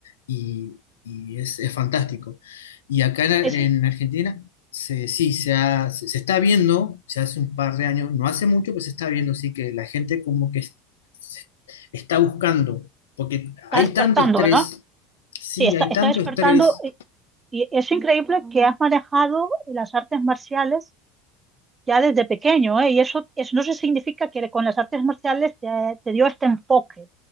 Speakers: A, on the left (about 75°); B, on the right (about 20°).
A: y, y es, es fantástico. Y acá en,
B: es-
A: en Argentina, se, sí, se, ha- se, se está viendo, se hace un par de años, no hace mucho, pues se está viendo, sí, que la gente como que es- se- está buscando, porque
B: está
A: hay
B: despertando,
A: tanto estrés,
B: ¿no?
A: sí,
B: Sí, está,
A: hay
B: está
A: tanto
B: despertando
A: estrés,
B: eh, y es increíble que has manejado las artes marciales ya desde pequeño, ¿eh? Y eso, eso no se significa que con las artes marciales te, te dio este enfoque